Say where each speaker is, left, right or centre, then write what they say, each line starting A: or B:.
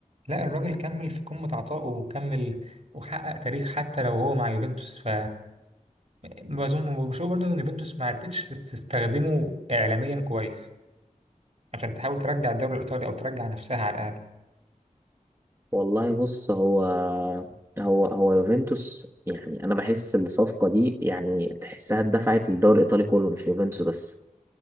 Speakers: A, on the right; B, on the right.
A: لا الراجل كمل في قمة عطائه وكمل وحقق تاريخ حتى لو هو مع يوفنتوس ف ما أظن بشوف برضه إن يوفنتوس ما عرفتش تستخدمه إعلاميا كويس عشان تحاول ترجع الدوري الإيطالي أو ترجع نفسها على الأقل
B: والله بص هو هو هو يوفنتوس يعني انا بحس الصفقه دي يعني تحسها اتدفعت للدوري الايطالي كله مش يوفنتوس بس